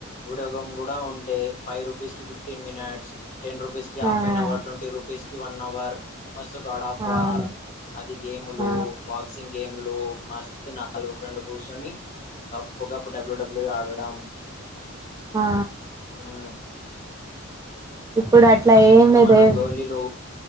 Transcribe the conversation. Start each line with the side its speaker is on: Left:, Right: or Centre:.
Left: వీడియో గేమ్ కూడా ఉంటే ఫైవ్ రూపీస్ కి ఫిఫ్టీన్ మినిట్స్ టెన్ రుపీస్ కి హాఫ్
Right: ఆ
Left: అన్ అవర్ ట్వంటీ రూపీ పీస్ కి వన్ అవర్ మస్తు గాడ్ ఆఫర్
Right: అవును
Left: అది గేములు
Right: ఆ
Left: బాక్సింగ్ గేమ్లు మస్త్ నా గు ఫ్రెండ్ కుసోని గప్పుగప్పు డబ్ల్యూ డబ్ల్యూ ఆడ్ తం
Right: ఆ
Left: హు
Right: ఇప్పుడు అట్లా
Left: మస్త్
Right: ఏం లేదు
Left: మనం
Right: ఏం
Left: గోళీలు